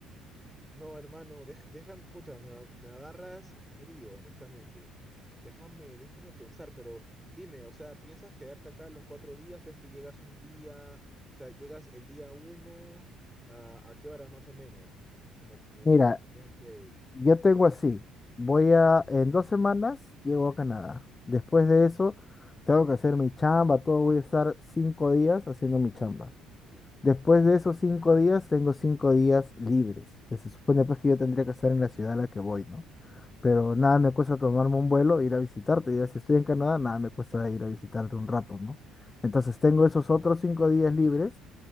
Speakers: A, in the centre; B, on the left.
A: No, hermano, deja, deja- pucha, me, a- me agarras frío, honestamente. Déjame, déjame pensar, pero dime, o sea, ¿piensas quedarte acá los cuatro días o es que llegas un día, o sea, llegas el día uno, ah, ¿a qué hora más o menos? M- Como, como
B: Mira,
A: para planear que...
B: yo tengo así. Voy a, en dos semanas llego a Canadá. Después de eso, tengo que hacer mi chamba, todo. Voy a estar cinco días haciendo mi chamba.
A: Sí.
B: Después de esos cinco días, tengo cinco días libres, que se supone pues que yo tendría que estar en la ciudad a la que voy, ¿no?
A: ujú.
B: Pero nada me cuesta tomarme un vuelo, e ir a visitarte. Ya si estoy en Canadá, nada me cuesta ir a visitarte un rato, ¿no? Entonces tengo esos otros cinco días libres